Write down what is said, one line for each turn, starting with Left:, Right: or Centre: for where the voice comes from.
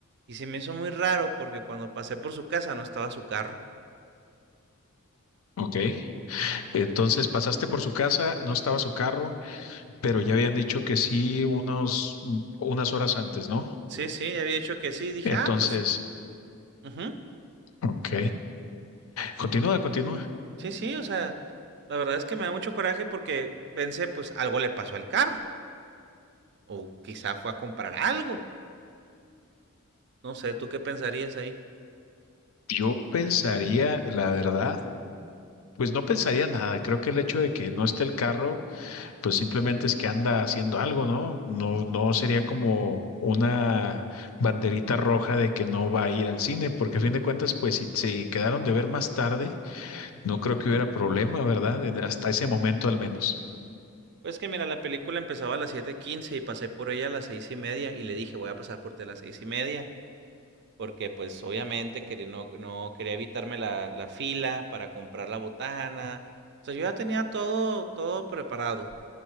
Right: Y se me hizo muy raro porque cuando pasé por su casa no estaba su carro.
Left: ok. Entonces pasaste por su casa, no estaba su carro, pero ya habían dicho que sí unos, unas horas antes, ¿no?
Right: Sí, sí, ya había dicho que sí. Dije,
Left: Entonces,
Right: ah, pues, ujú.
Left: ok. Continúa, continúa.
Right: Sí, sí, o sea, la verdad es que me da mucho coraje porque pensé, pues algo le pasó al carro. O quizá fue a comprar algo. No sé, ¿tú qué pensarías ahí?
Left: Yo pensaría, la verdad, pues no pensaría nada. Creo que el hecho de que no esté el carro pues simplemente es que anda haciendo algo, ¿no? No, no sería como una banderita roja de que no va a ir al cine, porque a fin de cuentas, pues si se quedaron de ver más tarde, no
Right: Ujú.
Left: creo que hubiera problema, ¿verdad? En- Hasta ese momento al menos.
Right: Pues que mira, la película empezaba a las siete quince y pasé por ella a las seis y media y le dije, voy a pasar por ti a las seis y media. Porque pues obviamente quería, no, no quería evitarme la, la fila para comprar la botana. O sea, yo ya tenía todo, todo preparado.